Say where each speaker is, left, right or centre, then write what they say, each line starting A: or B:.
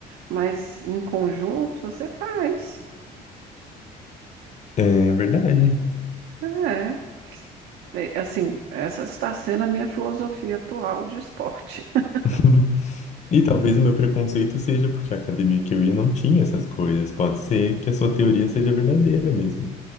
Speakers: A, on the right; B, on the left.
A: mas em conjunto você faz.
B: É verdade.
A: É, é, assim, essa está sendo a minha filosofia atual de esporte. <laughs>
B: <laughs> E talvez o meu preconceito seja porque a academia que eu ia não tinha essas coisas. Pode ser que a sua teoria seja verdadeira mesmo.